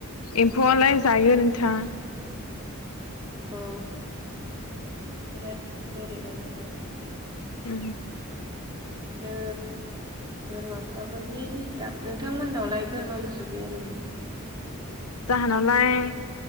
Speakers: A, on the left; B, on the right.
A: एम्फौआलाय जायो नोंथां।
B: औ बिराद बोरैबा नांदों।
A: उम।
B: नै बोरमाफ्राबो जि दिडिस्टाब नोंथांमोननावलाय बोरमा मोसौ गैया नामा?
A: जाहोनावलाय